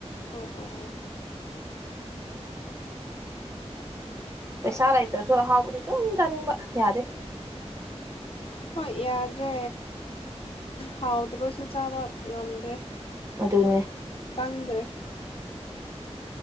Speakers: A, on the left; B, on the right.
A: ꯑꯣ ꯑꯣ ꯑꯣ꯫
B: ꯄꯩꯁꯥ ꯂꯩꯇ꯭ꯔꯁꯨ ꯑꯍꯥꯎꯕꯗꯤ ꯑꯗꯨꯝ ꯆꯥꯅꯤꯡꯕ ꯌꯥꯗꯦ꯫
A: ꯍꯣꯏ ꯌꯥꯗ꯭ꯔꯦ ꯍꯥꯎꯇꯕꯁꯨ ꯆꯥꯕ ꯉꯝꯗ꯭ꯔꯦ꯫
B: ꯑꯗꯨꯅꯦ꯫
A: ꯎꯪꯗꯔ‌ꯦ꯫